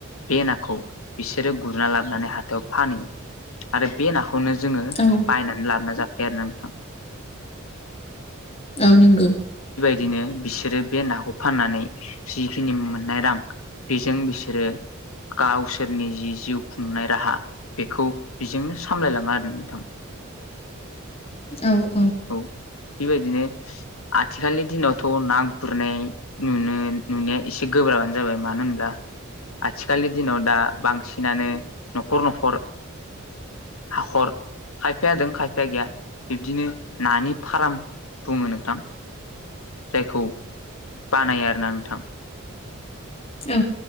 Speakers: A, on the left; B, on the left.
A: बे नाखौ बिसोरो गुरना लाबोनानै हाथायाव फानो बे नाखौनो जोङो
B: औ
A: बायनानै लाबोना जाफैयो आरोना नोंथां।
B: औ नोंगौ।
A: बिदिनो बिसोरो बे नाखौ फाननानै जिखिनि मोननाय रां बेजों बिसोरो गावसोरनि जि जिउ खुंनाय राहा बेखौ बेजोंनो सामलायलाङो आरो नोंथां।
B: औ
A: औ बेबायदिनो आथिखालनि दिनावथ' ना गुरनाय नुनो नुनाया एसे गोब्राब बानो जाबाय मानो होम्ब्ला आथिखालनि दिनाव दा बांसिनानो न'खर न'खर हाखर खायफाया जादों खायफाया गैया बिब्दिनो नानि फार्म बुङो नोंथां। जायखौ बानायो आरोना नोंथां।
B: औ